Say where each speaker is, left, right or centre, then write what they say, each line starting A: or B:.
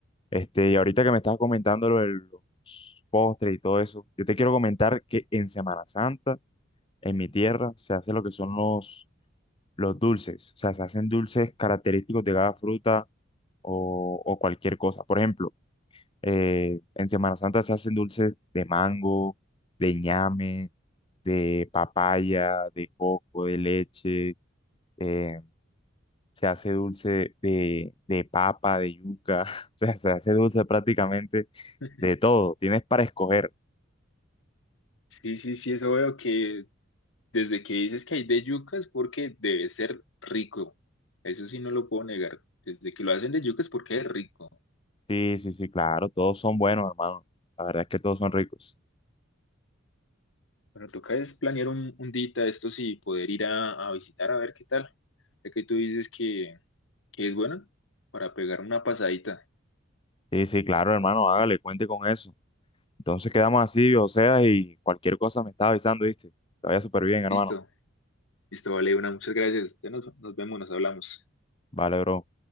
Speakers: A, on the left; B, on the left.
A: Este, y ahorita que me estás comentando lo de los postres y todo eso, yo te quiero comentar que en Semana Santa, en mi tierra, se hace lo que son los los dulces, o sea, se hacen dulces característicos de cada fruta o, o cualquier cosa. Por ejemplo, eh, en Semana Santa se hacen dulces de mango, de ñame, de papaya, de coco, de leche, eh, se hace dulce de, de papa, de yuca, <laughs> o sea, se hace dulce prácticamente
B: <laughs>
A: de todo, tienes para escoger.
B: Sí, sí, sí, eso veo que desde que dices que hay de yuca es porque debe ser rico. Eso sí no lo puedo negar. Desde que lo hacen de yuca es porque es rico.
A: Sí, sí, sí, claro, todos son buenos, hermano. La verdad es que todos son ricos.
B: Pero toca es planear un, un dita esto sí, poder ir a, a visitar a ver qué tal. Ya que tú dices que, que es bueno para pegar una pasadita.
A: Sí, sí, claro, hermano, hágale, cuente con eso. Entonces quedamos así, o sea, y cualquier cosa me estaba avisando, ¿viste? Te vaya súper bien, hermano.
B: Listo, listo, vale, una, muchas gracias. Ya nos, nos vemos, nos hablamos.
A: Vale, bro.